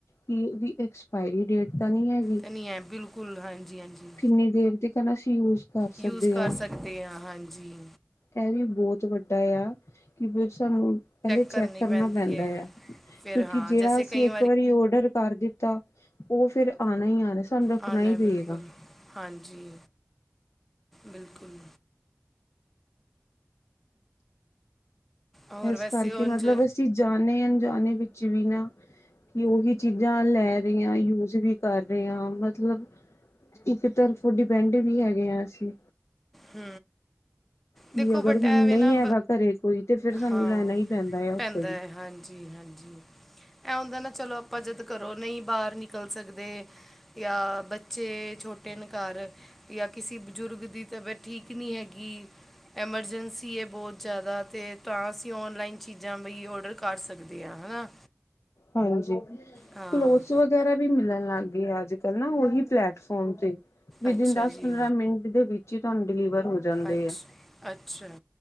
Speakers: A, on the left; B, in the centre.
A: ਕਿ ਉਹਓਦੀ ਐਕਸਪਾਇਰੀ ਡੇਟ ਤਾਂ ਨਹੀਂ ਹੈ।
B: ਤਾਂ ਨਹੀਂ ਹੈ ਬਿਲਕੁਲ, ਹਾਂਜੀ- ਹਾਂਜੀ।
A: ਦੇ ਦੇਰ ਤੱਕ। ਹੰਦਾ ਸੀ ਯੂਜ। ਕਰ
B: ਯੂਜ
A: ਸਕਦੇ
B: ਕਰ
A: ਹਾਂ
B: ਸਕਦੇ ਹਾਂ। ਹਾਂਜੀ।
A: ਇਹ ਵੀ ਬਹੁਤ ਵੱਡਾ ਆ। ਕਿ ਸਾਨੂੰ ਪਹਿਲੇ ਚੈੱਕ
B: ਕਰਨੀ
A: ਕਰਨਾ
B: ਪੈਂਦੀ
A: ਪੈਂਦਾ
B: ਹੈ
A: ਆ।
B: ਫਿਰ
A: ਕਿਉਂਕਿ
B: ਹਾਂ
A: ਜਿਹੜਾ
B: ਜੈਸੇ
A: ਅਸੀਂ
B: ਕਈ
A: ਇੱਕ ਵਾਰੀ ਓਡਰ ਕਰ ਦਿੱਤਾ। ਉਹ ਫੇਰ ਆਉਣਾ ਹੀ ਆਣਾ। ਸਾਨੂੰ ਰੱਖਣਾ
B: ਆਉਣਾ
A: ਹੀ
B: ਹੈ
A: ਪਏਗਾ।
B: ਬਿਲਕੁਲ ਹਾਂਜੀ। ਬਿਲਕੁਲ, ਔਰ
A: ਇਸ
B: ਵੈਸੇ
A: ਕਰਕੇ
B: ਉਂਝ
A: ਮਤਲਬ ਅਸੀਂ ਜਾਣੇ ਅ ਜਾਾਣੇ ਵਿੱਚ ਵੀ ਨਾ। ਕਿ ਉਹੀ ਚੀਜ਼ਾਂ ਲੈ ਰਹੀਆਂ ਵੀ ਯੂਜ ਵੀ ਕਰ ਰਹੇ ਹਾਂ। ਮਤਲਬ ਇੱਕ ਤਰਫ ਡਿਪੈਂਡ ਵੀ ਹੈਗੇ ਹਾਂ, ਅਸੀਂ।
B: ਹ।
A: ਕਿ
B: ਦੇਖੋ
A: ਅਗਰ
B: ਬਟਾਵੇ
A: ਹੁਣ ਨਹੀਂ
B: ਨਾ।
A: ਹੈਗਾ ਘਰੇ ਕੋਈ ਤੇ ਫਿਰ ਸਾਨੂੰ
B: ਹਾਂ
A: ਲੈਣਾ ਹੀ ਆ ਉੱਥੋਂ
B: ਪੈਂਦਾ
A: ਦੀ
B: ਹੈ। ਹਾਂਜੀ, ਹਾਂਜੀ। ਐ ਹੁੰਦਾ ਨਾ ਚਲੋ ਆਪਾਂ ਜਿੱਦ ਕਰੋ ਨਹੀਂ ਬਾਹਰ ਨਿਕਲ ਸਕਦੇ। ਜਾਂ ਬੱਚੇ ਛੋਟੇ ਨੇ ਘਰ, ਜਾਂ ਕਿਸੇ ਬਜ਼ੁਰਗ ਦੀ ਤਬੀਅਤ, ਠੀਕ ਨਹੀਂ ਹੈਗੀ। ਐਮਰਜੈਂਸੀ ਹੈ ਬਹੁਤ਼। ਜ਼ਿਆਦਾ ਤੇ ਤਾਂ ਅਸੀਂ ਓਨਲਾਈਨ ਚੀਜ਼ਾਂ ਵੀ ਓਡਰ ਕਰ ਸਕਦੇ ਹਾਂ, ਹਨਾ।
A: ਹਾਂਜੀ।
B: ਹਾਂ
A: ਕਲੋਥਸ ਵਗਰਾ਼ ਵਗੈਰਾ ਵੀ ਮਿਲਣ ਲੱਗ ਗਏ ਆ ਅੱਜ ਕੱਲ ਨਾ ਉਹੀ ਪਲੈਟਫੋਮ ਤੇ। ਵਿਦ
B: ਅੱਛਾ
A: ਇਨ ਦਸ
B: ਜੀ
A: -ਪੰਦਰਾਂ ਮਿੰਟ। ਦੇ ਵਿੱਚ ਹੀ ਤੁਹਾਨੂੰ ਡਿਲੀਵਰ ਹੋ ਜਾਂਦੇ
B: ਅੱਛਾ
A: ਆ।
B: ਅੱਛਾ